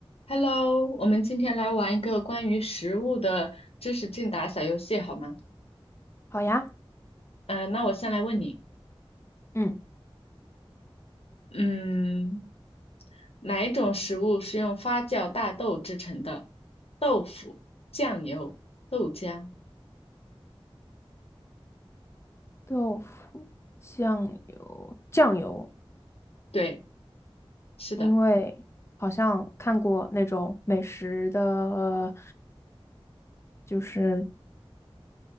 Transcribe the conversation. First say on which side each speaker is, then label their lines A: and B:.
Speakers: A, on the left; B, on the left.
A: Hello，我们今天来玩一个关于食物的知识竞答小游戏，好吗？
B: 好呀，
A: 嗯、那我先来问你，
B: 嗯，
A: 嗯，哪一种食物是用发酵大豆制成的？豆腐、酱油、豆浆。
B: 豆腐酱油酱油，
A: 对，是的，
B: 因为好像看过那种美食的，就是